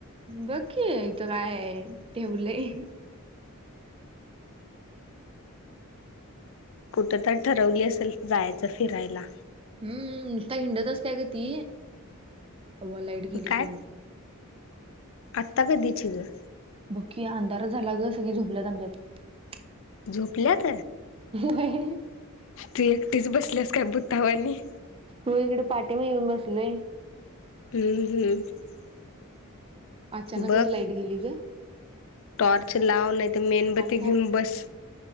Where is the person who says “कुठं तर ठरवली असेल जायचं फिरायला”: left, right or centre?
Left